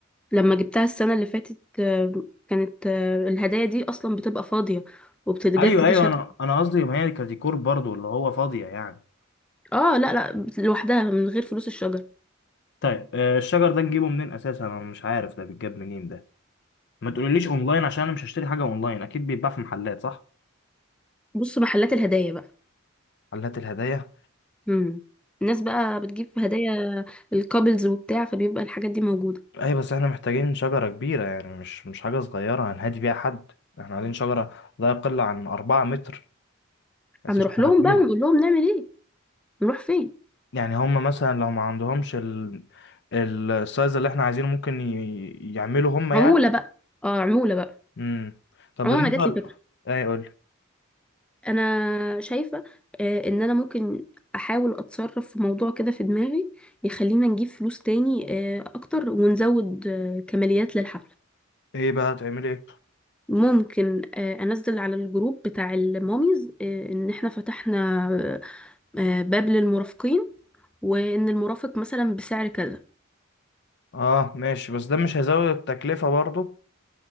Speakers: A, in the centre; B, on the left (about 55°).
A: لما جبتها السنة اللي فاتت آه، كانت آه، الهدايا دي أصلا بتبقى فاضية وبتتجاب
B: ايوه
A: كده
B: ايوه
A: شكل
B: انا انا قصدي ما هي كديكور برضو اللي هو فاضية يعني
A: اه لا لا لوحدها من غير فلوس الشجر
B: طيب آه، الشجر ده نجيبه منين اساسا انا مش عارف ده بيتجاب منين ده ما تقوليليش اونلاين عشان انا مش هشتري حاجه اونلاين اكيد بيتباع في محلات صح
A: بص محلات الهدايا بقى
B: محلات الهدايا
A: امم الناس بقى بتجيب هدايا الكابلز وبتاع فبيبقى الحاجات دي موجودة
B: ايوه بس احنا محتاجين شجرة كبيرة يعني مش مش حاجة صغيرة هنهدي بيها حد احنا عايزين شجرة لا يقل عن أربعة متر عايزين
A: هنروح
B: شجرة
A: لهم
B: كبيرة
A: بقى ونقول لهم نعمل ايه نروح فين
B: يعني هما مثلا لو ما عندهمش ال السايز اللي احنا عايزينه ممكن ي... يعملوا هما
A: عمولة
B: يعني
A: بقى اه عمولة بقى
B: امم طب
A: عموما
B: بالنسبة
A: انا جات
B: ل...
A: لي فكرة
B: ايه قول
A: انا شايفه آه، ان انا ممكن احاول اتصرف في موضوع كده في دماغي يخلينا نجيب فلوس تاني آه، اكتر ونزود آه، كماليات للحفله
B: ايه بقى هتعملي ايه
A: ممكن آه، انزل على الجروب بتاع الماميز آه، ان احنا فتحنا آه، باب للمرافقين وان المرافق مثلا بسعر كذا
B: اه ماشي بس ده مش هيزود التكلفة برضو